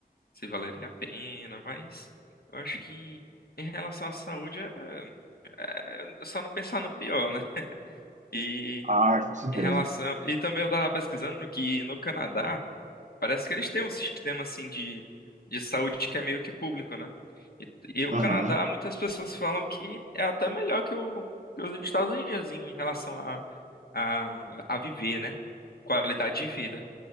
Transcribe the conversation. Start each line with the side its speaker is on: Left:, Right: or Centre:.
Left: se valeria a pena, mas eu acho que em relação à saúde é, é só não pensar no pior, né? E
Right: Ah, com certeza.
Left: em relação. E também eu tava pesquisando que no Canadá. Parece que eles têm um sistema assim de, de saúde que é meio que público, né? E, e o
Right: Aham.
Left: Canadá, muitas pessoas falam que é até melhor que, o, que os Estados Unidos em relação a, a, a viver, né? Qualidade de vida.